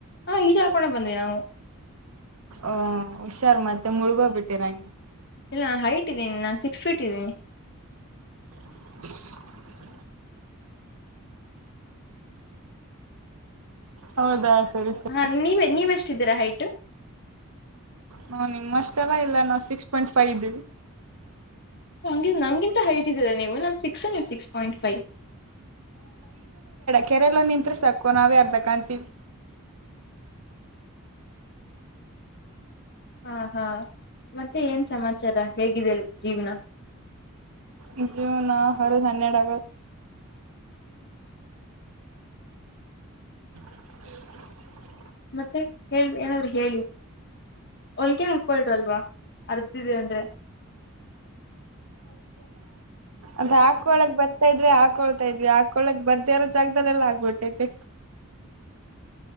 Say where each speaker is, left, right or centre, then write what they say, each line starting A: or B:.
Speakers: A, on the left; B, on the right.
A: ಹಾ ಈಜಾಡ್ಕೊಂಡೆ ಬಂದ್ವಿ ನಾವು
B: ಆ ಹುಷಾರ್ ಮತ್ತೆ ಮುಳ್ಗೋಗ್ಬಿಟ್ಟಿರ ಹಂಗೆ
A: ಇಲ್ಲ ನಾನು ಹೈಟ್ ಇದ್ದೀನಿ ನಾನ್ ಸಿಕ್ಸ್ ಫೀಟ್ ಇದ್ದೀನಿ.
B: <inaudible> ಹೌದಾ ಸರಿ ಸರಿ
A: ಹಾ ನೀವೆ ನೀವೆಷ್ಟಿದ್ದೀರಾ ಹೈಟ್?
B: ನಾವ್ ನಿಮ್ಮಷ್ಟೆಲ್ಲ ಇಲ್ಲ ನಾವು ಸಿಕ್ಸ್ ಪಾಯಿಂಟ್ ಫೈವ್ ಇದಿವಿ.
A: ನೀವ್ ನಮ್ಗಿಂತ ಹೈಟ್ ಇದೀರಾ ನೀವು ನನ್ ಸಿಕ್ಸ್ ನೀವು ಸಿಕ್ಸ್ ಪಾಯಿಂಟ್ ಫೈ.
B: ಕೆರೆಲಾಗ್ ನಿತ್ರೆ ಸಾಕು ನಾವೇ ಅರ್ಧ ಕಾಣ್ತೀವಿ.
A: ಹಾ ಹಾ ಮತ್ತೆ ಏನ್ ಸಮಾಚಾರ ಹೇಗಿದೆ ಅಲ್ ಜೀವ್ನ.
B: ಈ ಜಿವ್ನ ಹರದ್ ಹನ್ನೆರಡ್ ಆಗೈತ್ <inaudible>
A: ಮತ್ತೆ ಹೇಳ್ ಏನಾದ್ರು ಹೇಳಿ ಹೊಲ್ಗೆ ಹಾಕ್ಬೋದ್ ಅಲ್ವಾ ಹರ್ಧಿದೆ ಅಂದ್ರೆ.
B: ಅದ ಹಾಕೊಳಕ್ ಬರ್ ಆತ ಇದ್ರೆ ಹಾಕೊಳ್ತಾ ಇದ್ವಿ ಹಾಕೊಳಕ್ ಬರ್ದೆ ಇರೋ ಜಾಗದಲ್ಲೆಲ್ಲ ಆಗ್ಬಿಟ್ಟೈತೆ.